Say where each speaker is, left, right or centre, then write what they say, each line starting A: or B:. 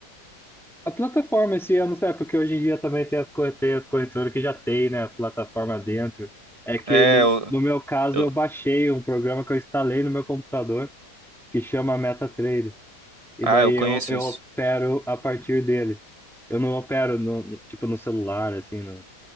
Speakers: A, in the centre; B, on the right.
A: A plataforma esse ano, é porque hoje em dia também tem as corretoras, corretoras que já tem, né? A plataforma dentro. É que
B: É,
A: no,
B: eu,
A: no meu caso
B: eu-
A: eu baixei um programa que eu instalei no meu computador que chama MetaTrader. E
B: ah,
A: daí
B: eu conheço
A: eu, eu
B: isso.
A: opero a partir dele. Eu não opero no, no- tipo no celular, assim, no-